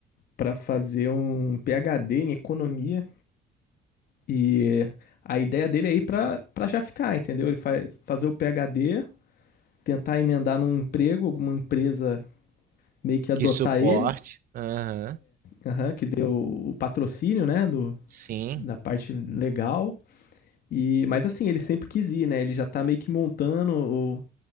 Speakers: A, on the left; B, on the right.
A: para fazer um PhD em economia e a ideia dele é ir para para já ficar, entendeu? Ele vai fazer o PhD, tentar emendar num emprego, alguma empresa meio que adotar
B: Que suporte.
A: ele,
B: Aham.
A: aham, que deu o patrocínio, né, do,
B: Sim,
A: da parte legal. E mas assim, ele sempre quis ir, né? Ele já tá meio que montando o-